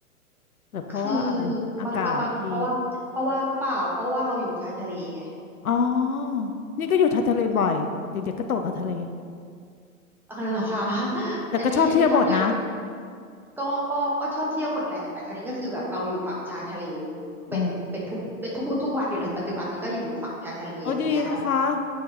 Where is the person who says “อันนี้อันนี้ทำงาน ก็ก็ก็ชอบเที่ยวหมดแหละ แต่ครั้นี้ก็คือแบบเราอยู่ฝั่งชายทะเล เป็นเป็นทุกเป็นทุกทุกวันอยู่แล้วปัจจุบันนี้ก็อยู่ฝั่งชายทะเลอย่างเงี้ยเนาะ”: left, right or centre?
Centre